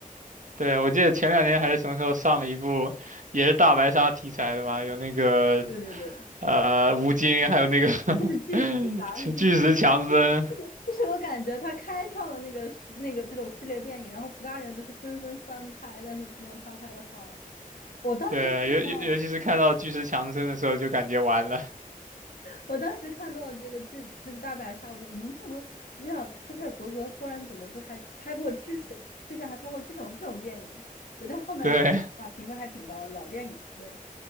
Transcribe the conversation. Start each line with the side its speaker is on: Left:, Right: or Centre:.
Right: 对，我记得前两年还是什么时候上了一部，也是大白鲨题材的嘛，有那个
Left: 对对对，
Right: 呃吴京，还有那个
Left: 那是巨齿鲨，
Right: <laughs> 巨巨石强森，
Left: 是巨齿，就是就是就是我感觉他开创的那个是那个这种系列电影，然后其他人都是纷纷翻拍，但是没有他拍的好。我当时看到，
Right: 对，尤尤尤其是看到巨石强森的时候，就感觉完了，
Left: 我当时看到这个剧就是大白鲨，我就嗯，我我想斯皮尔伯格忽然怎么就还拍过之前之前还拍过这种这种电影，对，但是后面看一下评分还挺高，
Right: 对，
Left: 老电影，对